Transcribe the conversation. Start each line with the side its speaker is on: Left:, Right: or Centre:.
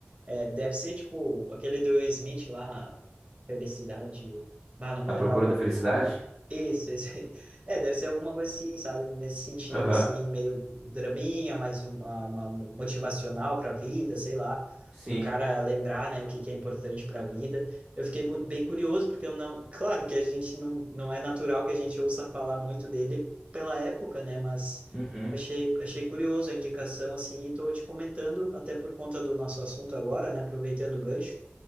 Right: É, deve ser, tipo, aquele do Will Smith lá, Felicidade. Ah, não
Centre: A
Right: vou lembrar
Centre: procura
Right: o nome.
Centre: da felicidade?
Right: Isso, esse aí. É, deve ser alguma coisa assim, sabe? Nesse sentido,
Centre: Aham.
Right: assim, meio draminha, mais uma, uma motivacional para a vida, sei lá,
Centre: Sim.
Right: do cara lembrar, né, o que que é importante para a vida. Eu fiquei mu- bem curioso, porque eu não. <laughs> Claro que a gente não, não é natural que a gente ouça falar muito dele pela época, né? Mas
Centre: Uhum.
Right: eu achei, achei curioso a indicação, assim, e tô te comentando, até por conta do nosso assunto agora, né? Aproveitando o gancho,